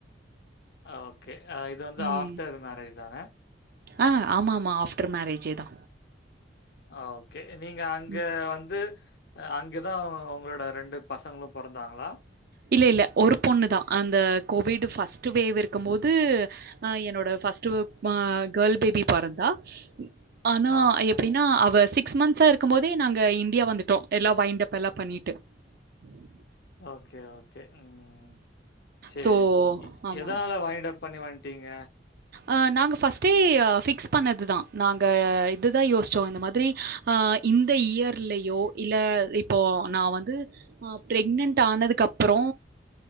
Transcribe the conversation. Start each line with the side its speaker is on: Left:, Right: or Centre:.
Left: அ ஓகே அ இது வந்து
Right: ம்.
Left: ஆஃப்டர் மேரேஜ் தான
Right: ஆ ஆமாமா ஆஃப்ட்ரு மேரேஜே தா
Left: அ ஓகே நீங்க அங்க
Right: ம்.
Left: வந்து அ அங்கதா உங்களோட ரெண்டு பசங்களு பொறந்தாங்ளா
Right: இல்ல இல்ல ஒரு பொண்ணு தா அந்த கோவிடு ஃபஸ்ட்டு வேவ் இருக்கமோது அ என்னோட ஃபஸ்ட்டு ம கேள் பேபி பொறந்தா ஆனா
Left: ஆ.
Right: எப்டின்னா அவ சிக்ஸ் மன்ஸ்ஸா இருக்கம்போதே நாங்க இந்தியா வந்துட்டோ எல்லா வைண்டப் எல்லா பண்ணீட்டு உம்
Left: ஓகே ஓகே ம் சேரி
Right: ஸோ ஆமா.
Left: எதால வாங்கிட பண்ணி வன்ட்டீங்க
Right: அ நாங்க ஃபர்ஸ்ட்டே ஃபிக்ஸ் பண்ணதுதா நாங்க இதுதா யோசிச்சோ இந்த மாதிரி ஆ இந்த இயர்லயோ இல்ல இப்போ நா வந்து ப்ரெக்னண்ட் ஆனதுக்கு அப்றோ